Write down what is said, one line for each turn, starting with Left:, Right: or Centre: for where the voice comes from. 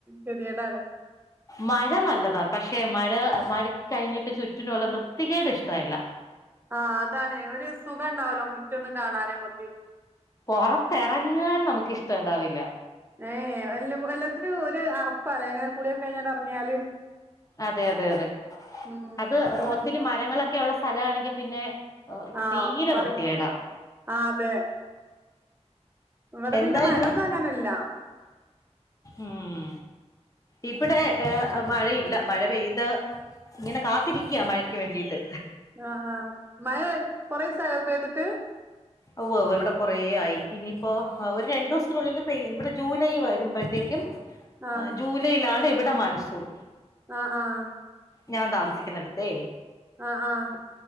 Right: ഗതികേടാണ്
Left: മഴ നല്ലതാ പക്ഷെ മഴ മഴ കഴിഞ്ഞിട്ട് ചുറ്റിനുള്ള വൃത്തികേട് ഇഷ്ടല്ല
Right: ആഹ് അതാണ് ഒരു സുഖം ഉണ്ടാവൂല്ല മുറ്റൊന്നും കാണാന് നമുക്ക്
Left: പൊറത്തിറങ്ങാൻ നമുക്ക്ഷ്ടണ്ടാവില്ല.
Right: ഏഹ് എല്ല എല്ലത്തിനും ഒരു അറപ്പ അല്ലേ ങ്ങനെ കുളിയൊക്കെ കഴിഞ്ഞാട് ഇറങ്ങിയാല്.
Left: അതെ അതെ അതെ
Right: ഉം
Left: അത്
Right: ഒരിത്
Left: ഒത്തിരി മരങ്ങളൊക്കെ ഉള്ള സ്ഥലണെങ്കിൽ പിന്നെ
Right: ആഹ്
Left: തീരെ
Right: പറയ്
Left: വൃത്തിക്കെടാ
Right: ആഹ് അതെ ഇവിടെ
Left: എന്താ
Right: പിന്നെ മരൊന്നും
Left: ഇന്ന്
Right: അങ്ങനില്ല
Left: ഉം ഇവിടെ ഏഹ് മഴയില്ല മഴ പെയ്ത് ഇങ്ങനെ കാത്തിരിക്ക മഴയ്ക്ക് വേണ്ടീട്ട്.
Right: ആഹ് ആഹ് മഴ കുറേസയോ പേതിട്ട്
Left: ഉവ്വ ഉവ്വ ഇവിടെ കുറേ ആയി ഇനിയിപ്പോ ഒരു രണ്ട്സത്തിനുള്ളില് പെയ്യും ഇവിടെ ജൂലൈ ആ വരുമ്പഴത്തേക്കും
Right: ആഹ്
Left: ജൂലൈയിലാണ് ഇവിടെ മൺസൂൺ
Right: ആഹ് ആഹ്
Left: ഞാൻ താമസിക്കുന്നെടുത്തേ
Right: ആഹ് ആഹ്